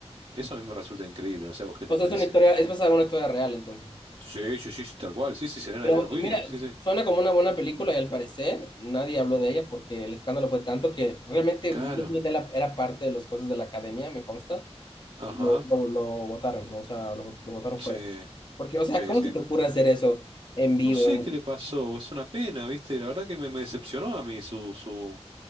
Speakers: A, on the right; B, on the left.
A: Eso a mí me resulta increíble, no sé a vos qué
B: O
A: te
B: sea,
A: parece.
B: es una historia, es basada en una historia real, entonces.
A: Sí, sí, sí, sí, tal cual. Sí, sí, Serena
B: Pero
A: y Venus Williams.
B: mira,
A: Sí, sí.
B: suena como una buena película y al parecer nadie habló de ella porque el escándalo fue tanto que realmente
A: Claro.
B: Will Smith era era parte de los jueces de la academia, me consta, y
A: Ajá.
B: lo, lo, lo votaron, ¿no? o sea, lo, lo votaron
A: Sí,
B: fuera. Porque, o sea,
A: sí,
B: ¿cómo
A: sí.
B: se te ocurre hacer eso en vivo?
A: No sé
B: en-
A: qué le pasó, es una pena, ¿viste? La verdad que me, me decepcionó a mí su, su,